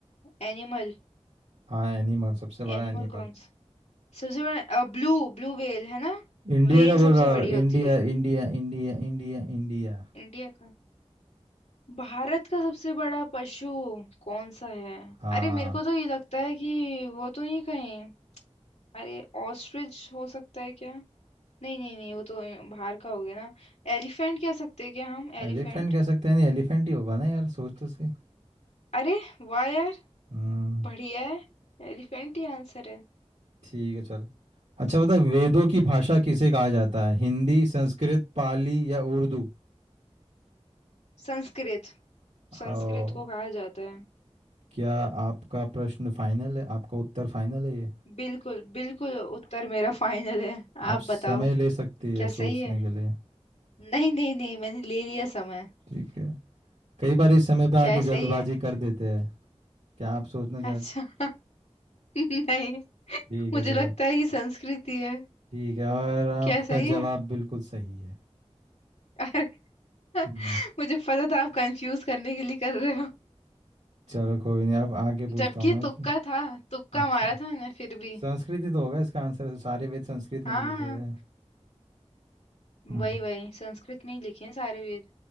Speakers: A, on the left; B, on the right.
A: एनिमल
B: हाँ एनिमल सबसे बड़ा
A: एनिमल
B: एनिमल
A: कौन सा सबसे बड़ा ब्लू ब्लू व्हेल है ना
B: इंडिया
A: व्हेल
B: का बोल
A: सबसे
B: रहा हूँ
A: बड़ी
B: India
A: होती है
B: India India India India
A: इंडिया का भारत का सबसे बड़ा पशु कौन सा है
B: हाँ
A: अरे मेरे को तो ये लगता है कि वो तो नहीं कहीं अरे ऑस्ट्रिच हो सकता है क्या नहीं नहीं नहीं वो तो ए, बाहर का हो गया ना एलिफेंट कह सकते हैं क्या हम
B: एलिफेंट
A: एलिफेंट
B: कह सकते हैं नहीं एलिफेंट ही होगा ना यार सोच तो सही
A: अरे वाह यार
B: हम्म
A: बढ़िया है एलिफेंट ही आंसर है
B: ठीक है चल अच्छा बता वेदों की भाषा किसे कहा जाता है हिंदी संस्कृत पाली या उर्दू
A: संस्कृत संस्कृत
B: ओ,
A: को कहा जाता है
B: क्या आपका प्रश्न फाइनल है आपका उत्तर फाइनल है ये
A: बिल्कुल बिल्कुल उत्तर मेरा फाइनल है
B: आप
A: आप
B: समय
A: बताओ
B: ले सकती है
A: क्या
B: सोचने
A: सही है
B: के लिए
A: नहीं नहीं नहीं मैंने ले लिया समय
B: ठीक है कई बार इस समय पे
A: क्या
B: आके
A: है सही
B: जल्दबाजी
A: है
B: कर देते हैं क्या आप सोचना चाहते
A: अच्छा <laughs> नहीं
B: ठीक
A: मुझे
B: है चलो
A: लगता है कि संस्कृत ही है
B: ठीक है और आपका
A: क्या सही
B: जवाब
A: है
B: बिल्कुल सही है
A: अरे <laughs>
B: हम्म,
A: मुझे पता था आप कंफ्यूज करने के लिए कर रहे हो
B: चलो कोई नहीं अब आगे पूछता
A: जबकि
B: हूँ मैं
A: तुक्का
B: कि
A: था तुक्का
B: अच्छा
A: मारा था मैंने फिर भी
B: संस्कृत ही तो होगा इसका आंसर सारे वेद संस्कृत
A: हाँ
B: में तो लिखे गए हैं हम्म,
A: वही वही संस्कृत में ही लिखे हैं सारे वेद